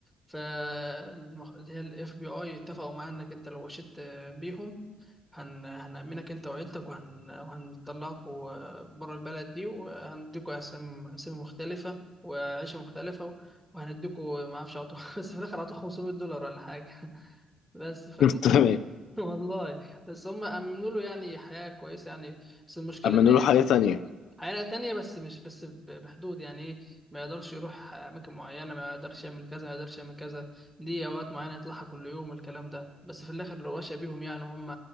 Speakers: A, in the centre; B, on the left.
A: فالمح... اللي هي الاف بي اي اتفقوا معانا انك انت لو وشيت آه، بيهم هن... هنأمنك انت وعيلتك وهن... وهنطلعكوا آه، برا البلد دي وهنديكوا اسامي اسامي مختلفة وعيشة مختلفة و- وهنديكوا ما اعرفش عطوا <laughs> بس في الاخر عطوا 500 دولار ولا حاجة <laughs> بس فالمهم
B: <laughs> تمام
A: <laughs> والله بس هم امنوا له يعني حياة كويسة يعني بس المشكلة
B: اما
A: ان
B: نقوله
A: هي
B: حاجة تانية
A: حياة تانية بس مش بس ب- بحدود يعني ايه ما يقدرش يروح أماكن معينة ما يقدرش يعمل كذا ما يقدرش يعمل كذا ليه أوقات معينة يطلعها كل يوم الكلام ده بس في الآخر رواشة بيهم يعني هم